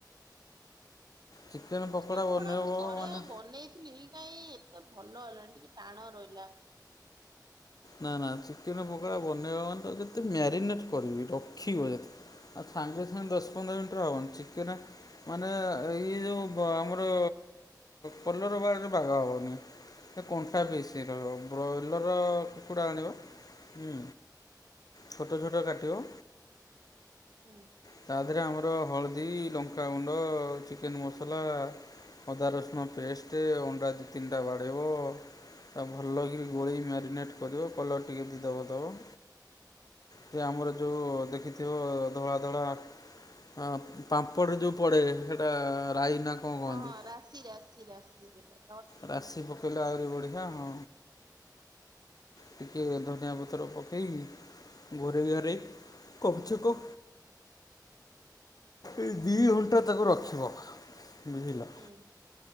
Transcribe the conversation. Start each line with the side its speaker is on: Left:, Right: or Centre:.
Left: ଚିକେନ ପକୋଡ଼ା
Right: ଚିକେନ୍ ପକୋଡା
Left: ବନେଇବ
Right: ମୁଁ ଥରେ
Left: ମାନେ
Right: ବନେଇଥିଲି କାଇଁ ଏତେ ଭଲ ହେଲାନି ଟିକେ ଟାଣ ରହିଲା।
Left: ନା ନା ଚିକେନ ପକୋଡ଼ା ବନେଇବ ମାନେ ତ ଯେତେ ମ୍ୟାରିନେଟ୍ କରିକି ରଖିବ ଯେ ଆ ସାଙ୍ଗେ ସାଙ୍ଗେ ଦଶ ପନ୍ଦର ମିନିଟ୍ ରେ ହବନି। ଚିକେନ ମାନେ ଏଇ ଯଉ ବ ଆମର ପଲର ବାର୍ ରେ ବାଗ ହବନି। ସେ କଣ୍ଟା ପିସ୍ ରହିବ। ବ୍ରଏଲର କୁକୁଡ଼ା ଆଣିବ, ହୁଁ ଛୋଟ ଛୋଟ କାଟିବ
Right: <unintelligible>
Left: ତା ଦେହରେ ଆମର ହଳଦୀ, ଲଙ୍କାଗୁଣ୍ଡ, ଚିକେନ ମସଲା ଅଦା ରସୁଣ ପେଷ୍ଟ ଅଣ୍ଡା ଦୁଇ ତିନିଟା ବାଡ଼େଇବ। ତାକୁ ଭଲ କିରି ଗୋଳେଇ ମ୍ୟାରିନେଟ୍ କରିବ। କଲର୍ ଟିକେ ଯଦି ଦବ ଦବ। ସେ ଆମର ଯୋଉ ଦେଖିଥିବ ଧଳା ଧଳା ଅ ପାମ୍ପଡ଼ରେ ଯୋଉ ପଡେ ହେଟା ରାଇ ନା କଣ କହନ୍ତି
Right: ହଁ ହଁ ରାଶି ରାଶି ରାଶି ସେଟା।
Left: ରାଶି ପକେଇଲେ ଆହୁରି ବଢିଆ। ହଁ। ଟିକିଏ ଧନିଆ ପତ୍ର ପକେଇକି ଘୁରେଈ ଘାରେଈ କହୁଚୁ କ ଏଇ ଦି ଘଣ୍ଟା ତାକୁ ରଖିବ ବୁଝିଲ।
Right: ହୁଁ।